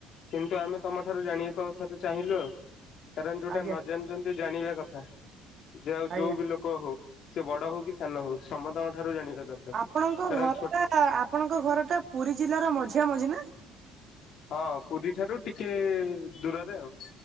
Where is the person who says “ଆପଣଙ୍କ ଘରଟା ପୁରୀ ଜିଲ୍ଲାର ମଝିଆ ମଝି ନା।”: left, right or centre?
Right